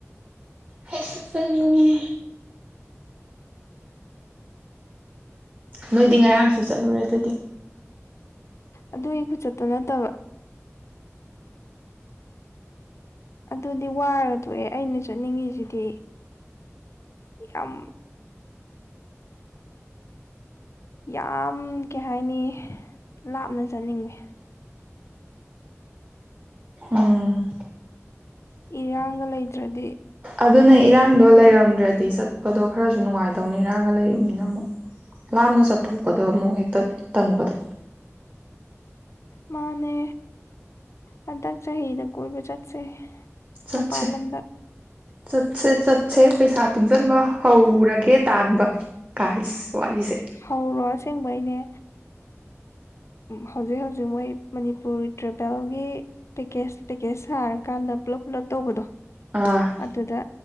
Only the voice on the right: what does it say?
ꯑꯩꯁꯨ ꯆꯠꯅꯤꯡꯏ꯫ ꯅꯣꯏꯗꯤ ꯉꯔꯥꯡꯁꯨ ꯆꯠꯂꯨꯔꯦ ꯑꯗꯨꯗꯤ꯫
ꯎꯝ
ꯑꯗꯨꯅꯦ
ꯏꯔꯥꯡꯗꯣ ꯂꯩꯔꯝꯗ꯭ꯔꯗꯤ ꯆꯠꯄꯗꯣ ꯈꯔꯁꯨ ꯅꯨꯡꯉꯥꯏꯇ꯫ ꯇꯧꯅꯤ ꯏꯔꯥꯒ ꯂꯩꯔꯤꯕꯅꯤꯅ ꯑꯃꯨꯛ ꯂꯥꯞꯅ ꯆꯠꯊꯣꯛ ꯄꯗꯣ ꯑꯃꯨꯛ ꯍꯦꯛꯇ ꯇꯟꯕꯗꯣ꯫
ꯆꯠꯁꯦ
ꯆꯠꯁꯦ ꯆꯠꯁꯦ ꯄꯩꯁꯥ ꯇꯨꯡꯁꯟꯕ ꯍꯧꯔꯒꯦ ꯇꯥꯟꯕ ꯀꯥꯏꯁ ꯋꯥꯔꯤꯁꯦ
ꯑꯥ